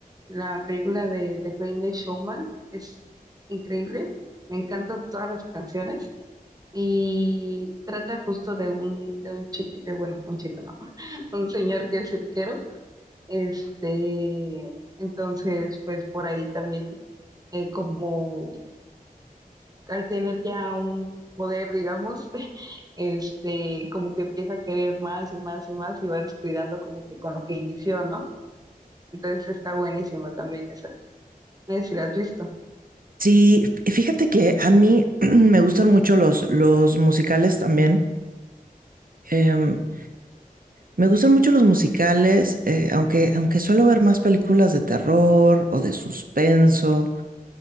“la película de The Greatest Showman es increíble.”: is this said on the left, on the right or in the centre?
Right